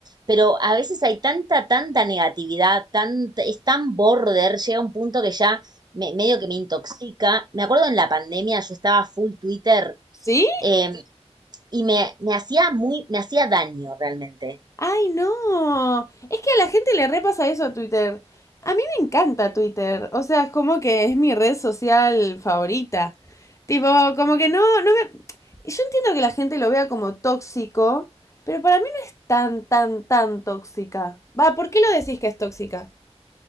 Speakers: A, on the right; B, on the left.
A: pero a veces hay tanta, tanta negatividad, tan, es tan border, llega un punto que ya me- medio que me intoxica. Me acuerdo en la pandemia yo estaba full Twitter
B: ¿Sí?
A: eh, y me, me hacía muy, me hacía daño realmente.
B: Ay, no. Es que a la gente le repasa eso a Twitter. A mí me encanta Twitter, o sea, es como que es mi red social favorita. Tipo, como que no, no me... Yo entiendo que la gente lo vea como tóxico, pero para mí no es tan, tan, tan tóxica. Va, ¿por qué lo decís que es tóxica?